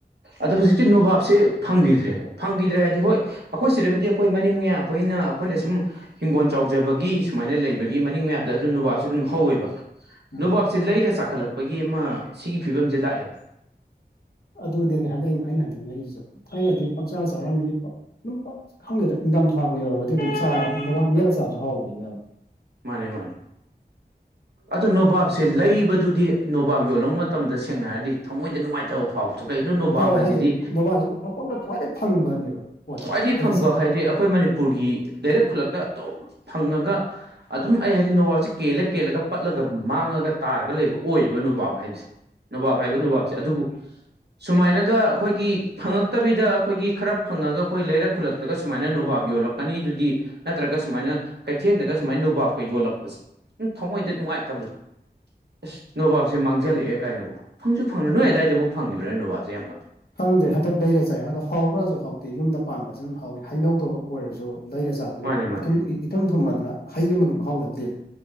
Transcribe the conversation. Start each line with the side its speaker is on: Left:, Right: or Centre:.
Right: ꯑꯗꯣ ꯍꯧꯖꯤꯛꯇꯤ ꯅꯣꯕꯥꯞꯁꯦ ꯐꯪꯒꯤꯗ꯭ꯔꯦꯀꯣ ꯐꯪꯒꯤꯗ꯭ꯔꯦ ꯍꯥꯏꯗꯤ ꯍꯣꯏ ꯑꯩꯈꯣꯏ ꯁꯤꯗꯕꯨꯗꯤ ꯑꯩꯈꯣꯏ ꯃꯅꯤꯡ ꯃꯌꯥ ꯑꯩꯈꯣꯏꯅ ꯑꯩꯈꯣꯏꯅ ꯁꯨꯝ ꯍꯤꯡꯒꯣꯜ ꯆꯥꯎꯖꯕꯒꯤ ꯁꯨꯃꯥꯏꯅ ꯂꯩꯕꯒꯤ ꯃꯅꯤꯡ ꯃꯌꯥꯗ ꯑꯗꯨꯝ ꯅꯨꯕꯥꯞꯁꯦ ꯑꯗꯨꯝ ꯍꯧꯋꯦꯕ
Left: ꯎꯝ
Right: ꯅꯣꯕꯥꯞꯁꯦ ꯂꯩꯔ ꯆꯥꯈꯠꯂꯛꯄꯒꯤ ꯑꯃ ꯁꯤꯒꯤ ꯐꯤꯚꯝꯁꯦ ꯂꯥꯛꯑꯦꯕ
Left: ꯑꯗꯨꯅꯦꯅꯦ ꯍꯟꯗꯛ ꯑꯩꯅ ꯍꯟꯗꯛ ꯑꯩꯒꯤꯁꯨ ꯊꯥꯏꯅꯗꯤ ꯄꯪꯆꯥ ꯆꯥꯔꯝꯃꯤꯅꯤ ꯑꯗꯨꯝ ꯈꯪꯗꯦꯗ ꯏꯪꯊꯝꯊꯥꯕꯨ ꯌꯧꯔꯒꯗꯤ ꯑꯗꯨꯝ ꯆꯥꯔꯦ ꯅꯣꯕꯥꯞ ꯃꯦꯠꯂ ꯆꯥꯕꯁꯨ ꯍꯥꯎꯕꯅꯦꯕ ꯌꯥꯝ
Right: ꯃꯥꯅꯦ ꯃꯥꯅꯦ ꯑꯗꯣ ꯅꯣꯕꯥꯞꯁꯦ ꯂꯩꯕꯗꯨꯗꯤ ꯅꯣꯕꯥꯞ ꯌꯣꯜꯂꯝ ꯃꯇꯝꯗ ꯁꯦꯡꯅ ꯍꯥꯏꯔꯗꯤ ꯊꯃꯣꯏꯗ ꯅꯨꯡꯉꯥꯏꯇ ꯇꯧꯕ ꯐꯥꯎꯕꯗꯣ ꯀꯩꯅꯣ ꯅꯣꯕꯥꯞ
Left: ꯍꯥꯎꯋꯦ
Right: ꯍꯥꯏꯁꯤꯗꯤ
Left: ꯍꯥꯏꯗꯤ ꯅꯣꯕꯥꯁꯦ ꯄꯪꯗ ꯈ꯭ꯋꯥꯏꯗꯩ ꯐꯪꯕꯅꯦꯕ ꯄꯣꯠꯁꯦ
Right: ꯈ꯭ꯋꯥꯏꯗꯒꯤ
Left: ꯍꯩꯁꯦ
Right: ꯐꯪꯕ ꯍꯥꯏꯗꯤ ꯑꯩꯈꯣꯏ ꯃꯅꯤꯄꯨꯔꯒꯤ ꯂꯩꯔꯛ ꯈꯨꯜꯂꯛ ꯇ ꯑꯗꯨꯝ ꯐꯪꯉꯒ ꯑꯗꯨꯝ ꯑꯩ ꯍꯥꯏꯗꯤ ꯅꯣꯕꯥꯞꯁꯦ ꯀꯦꯜꯂ ꯀꯦꯜꯂꯒ ꯄꯠꯂꯒ ꯃꯥꯡꯉꯒ ꯇꯥꯔꯒ ꯂꯩꯕ ꯑꯣꯏꯌꯦꯕ ꯅꯣꯕꯥꯞ ꯍꯥꯏꯕꯁꯦ ꯅꯣꯕꯥꯞ ꯍꯥꯏꯕ ꯅꯣꯕꯥꯞꯁꯦ ꯑꯗꯨꯕꯨ ꯁꯨꯃꯥꯏꯅꯒ ꯑꯩꯈꯣꯏꯒꯤ ꯐꯪꯉꯛꯇꯕꯤꯗ ꯑꯩꯈꯣꯏꯒꯤ ꯈꯔ ꯐꯪꯉꯒ ꯑꯩꯈꯣꯏ ꯂꯩꯔꯛ ꯈꯨꯜꯂꯛꯇꯒ ꯁꯨꯃꯥꯏꯅ ꯅꯣꯕꯥꯞ ꯌꯣꯜꯂꯛꯄ ꯑꯅꯤꯗꯨꯗꯤ ꯅꯠꯇ꯭ꯔꯒ ꯁꯨꯃꯥꯏꯅ ꯀꯩꯊꯦꯜꯗꯒ ꯁꯨꯃꯥꯏꯅ ꯅꯣꯕꯥꯞꯀ ꯌꯣꯜꯂꯛꯄꯁꯦ ꯎꯝ ꯊꯃꯣꯏꯗ ꯅꯨꯡꯉꯥꯏꯇꯕꯗꯣ ꯑꯁ ꯅꯣꯕꯥꯞꯁꯦ ꯃꯥꯡꯖꯜꯂꯛꯑꯦ ꯀꯥꯏꯅꯀꯣ ꯐꯪꯁꯨ ꯐꯪꯉꯔꯣꯏ ꯅꯣꯢ ꯑꯗꯨꯋꯥꯏꯗꯐꯥꯎ ꯐꯪꯉꯤꯕ꯭ꯔꯥꯅꯦ ꯅꯣꯕꯥꯞꯁꯦ ꯌꯥꯝꯅ ꯀ
Left: ꯈꯪꯗꯦ ꯍꯟꯗꯛ ꯂꯩꯔ ꯆꯥꯏ ꯑꯗꯣ ꯍꯥꯎꯕ꯭ꯔꯁꯨ ꯍꯥꯎꯗꯦ ꯌꯨꯝꯗ ꯄꯥꯟꯕꯁꯨ ꯍꯥꯎꯋꯤ ꯍꯩꯅꯧꯗꯣ ꯑꯣꯏꯔꯁꯨ ꯂꯩꯔ ꯆꯥꯕ
Right: ꯃꯥꯅꯦ ꯃꯥꯅꯦ
Left: ꯏꯊꯨꯝ ꯊꯨꯝꯃꯗꯅ ꯍꯩ ꯑꯃꯒꯤ ꯃꯍꯥꯎ ꯌꯥꯎꯗꯦꯕ